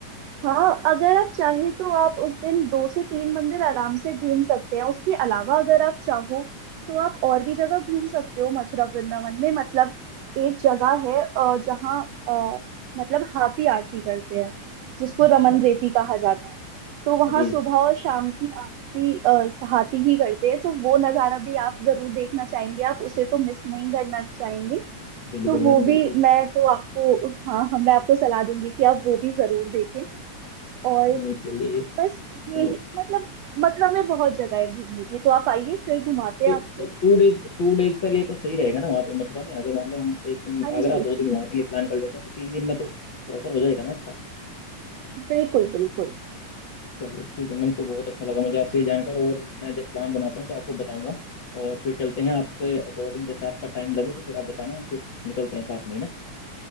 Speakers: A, on the right (about 90°); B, on the left (about 55°).
A: हाँ अगर आप चाहें तो आप उस दिन दो से तीन मंदिर आराम से घूम सकते हैं उसके अलावा अगर आप चाहो तो आप और भी जगह घूम सकते हो मथुरा वृंदावन में मतलब एक जगह है अ, जहाँ अ, मतलब हाथी आरती करते हैं जिसको
B: अच्छा
A: रमन रेती कहा जाता है तो वहाँ
B: जी
A: सुबह और शाम की आरती अ, हाथी ही करते हैं तो वो नज़ारा भी आप जरूर देखना चाहेंगे आप उसे तो मिस नहीं करना चाहेंगे
B: बिल्कुल
A: तो वो
B: मैम
A: भी
B: बिल्कुल
A: मैं तो आपको हाँ हाँ, मैं आपको सलाह दूंगी कि आप वो भी जरूर देखें और
B: नहीं चलिए
A: बस ये
B: तो
A: ही- मतलब मथुरा में बहुत जगह है घूमने की तो आप आइए फिर घुमाते
B: तो
A: हैं आपको
B: तो टू डेज टू डेज का लिए तो सही रहेगा ना वहाँ पे मथुरा में अगर मान लो हम एक दिन
A: हाँ
B: आगरा
A: जी
B: दो दिन वहाँ के लिए प्लान कर लेते हैं तो तीन दिन में तो प्रॉपर हो जाएगा ना अच्छा
A: बिल्कुल बिल्कुल
B: चलिए ठीक है मैम तो बहुत अच्छा लगा मुझे आपसे ये जानकर और मैं जब प्लान बनाता हूँ तो आपको बताऊंगा और फिर चलते हैं आपके अकॉर्डिंग जैसे आपका टाइम लगे तो फिर आप बताना फिर निकलते हैं साथ में ही ना